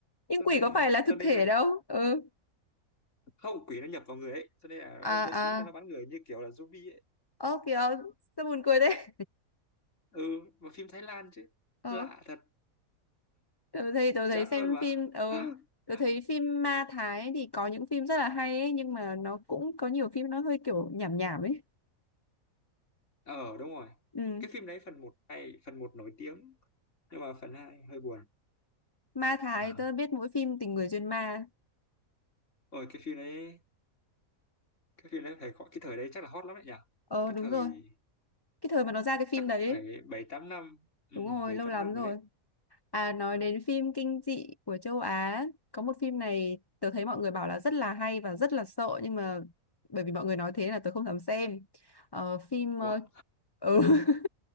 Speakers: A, on the left; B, on the left.
A: nhưng
B: cho
A: quỷ
B: nên
A: có phải là
B: cho
A: thực
B: nên
A: thể
B: là
A: đâu ừ
B: hậu quỷ nó nhập vào người ấy cho nên là
A: à
B: nó lấy súng
A: à
B: ra nó bắn người như kiểu là zombie ấy
A: ơ kìa sao buồn cười thế
B: ừ mà phim Thái Lan chứ
A: <laughs>
B: lạ
A: ờ
B: thật
A: tớ thấy tớ
B: chán
A: thấy xem
B: luôn mà
A: phim ờ
B: <laughs> <gasps>
A: tớ thấy phim ma Thái thì có những phim rất là hay ấy nhưng mà nó cũng có nhiều phim nó hơi kiểu nhảm nhảm ấy
B: ờ đúng rồi
A: ừ
B: cái phim đấy phần một hay phần một nổi tiếng nhưng mà phần hai hơi buồn
A: ma Thái
B: Ờ.
A: tớ biết mỗi phim tình người duyên ma
B: ôi cái phim đấy cái phim đấy phải gọi cái thời đấy chắc là hot lắm đấy nhỉ
A: ờ
B: cái
A: đúng
B: thời
A: rồi cái thời mà nó ra cái phim
B: chắc cũng
A: đấy
B: phải
A: ấy.
B: bảy tám năm ừ
A: đúng rồi
B: bảy
A: lâu
B: tám
A: lắm
B: năm rồi
A: rồi
B: đấy
A: À nói đến phim kinh dị của châu Á, có một phim này tớ thấy mọi người bảo là rất là hay và rất là sợ nhưng mà bởi vì mọi người nói thế là tớ không dám xem. Ờ, phim ờ,
B: ủa
A: ừ <laughs>